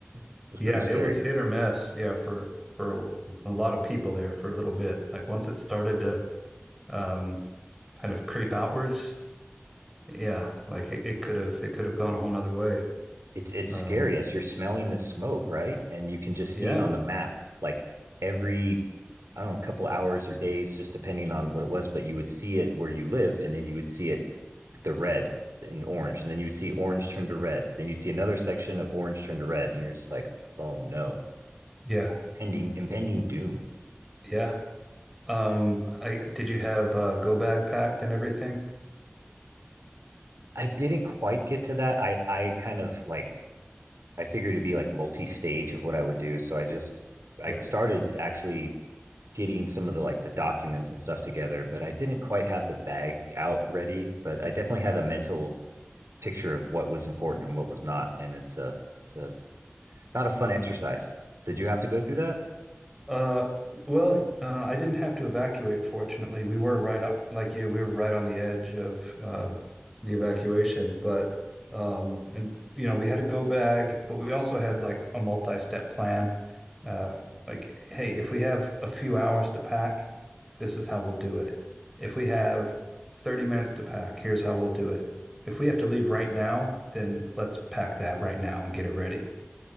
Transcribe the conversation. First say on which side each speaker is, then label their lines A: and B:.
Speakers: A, on the right; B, in the centre.
A: it was
B: Yeah,
A: pretty scary.
B: it was hit or miss. Yeah, for for a, a lot of people there for a little bit. Like once it started to um kind of creep outwards, yeah, like it, it could have it could have gone a whole nother way.
A: it's it's
B: Um
A: scary as you're smelling this smoke, right? And you can just
B: yeah,
A: see on the map like every I don't know, a couple hours or days, just depending on what it was, but you would see it where you live, and then you would see it the red and orange, and then you would see orange turn to red, then you'd see another section of orange turn to red, and you're just like, oh no,
B: yeah,
A: it's pending impending doom.
B: yeah. Um I did you have uh go bag packed and everything?
A: I didn't quite get to that. I I kind of like I figured it'd be like multi-stage of what I would do, so I just I
B: Yeah.
A: started actually getting some of the like the documents and stuff together, but I didn't quite have the bag out ready. But I definitely had a mental picture of what was important and what was not, and it's a it's a not a fun exercise. Did you have to go through that?
B: Uh, well, uh, I didn't have to evacuate, fortunately. We were right up, like you, we were right on the edge of uh, the evacuation, but um, and you know, we had a go bag, but we also had like a multi-step plan. Uh, like, hey, if we have a few hours to pack, this is how we'll do it. If we have 30 minutes to pack, here's how we'll do it. If we have to leave right now, then let's pack that right now and get it ready.